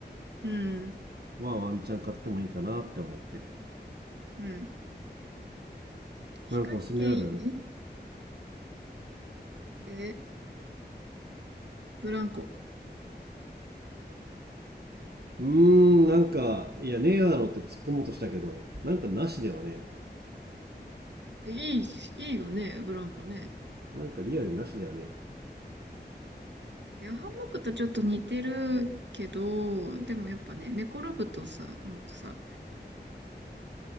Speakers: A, on the right; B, on the right.
A: うん、うん、
B: はワンチャン買ってもいいかなって思ってる
A: うん。日陰系いいね。
B: なんかおすすめある
A: え、ブランコ。
B: うーんなんかいやねえだろって突っ込もうとしたけどなんかなしではねえ
A: えいい、いいよね、ブランコね。
B: ななんかリアルになしではねえ
A: いや、ハンモックとちょっと似てるけど、でもやっぱね、寝転ぶとさ、のとさ、